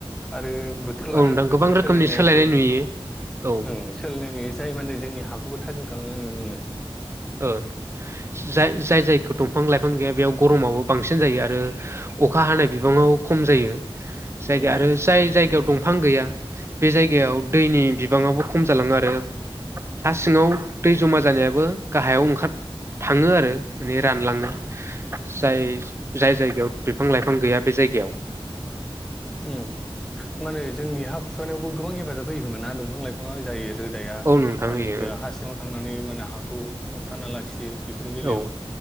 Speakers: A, in the centre; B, on the right (about 25°).
A: आरो बोथोर लानानै
B: औ नोंथां
A: बोथोर
B: गोबां रोखोमनि
A: सोलायनायखौ
B: सोलायनाय नुयो औ
A: ओ सोलायनाय जायो माने जोंनि हाखौबो थाजिम खालामनाय नुनो मोनो
B: औ जाय जायखौ दंफां लाइफां गैया बेयाव गरमाबो बांसिन जायो आरो अखा हानाय बिबाङावो खम जायो जायगा
A: उम
B: आरो जाय जायगायाव दंफां गैया बे जायगायाव
A: उम
B: दैनि बि बाङावबो खम जालाङो आरो हा सिङाव दै जमा जानायाबो गाहायाव ओंखार थाङो आरो माने रानलाङो जाय जाय जायगायाव बिफां लाइफां गैया बे जायगायाव
A: उम माने जोंनि हा खुरखानायावबो गोबां हेफाजाब होयोखोमोन ना दंफां लाइफाङा जायो रोदाया
B: औ नोंथां
A: मा होनो
B: होयो
A: हारसिङाव थांनानै जोंनो हाखौ हमथाना लाखियो बेफोरनि बेलायाव
B: औ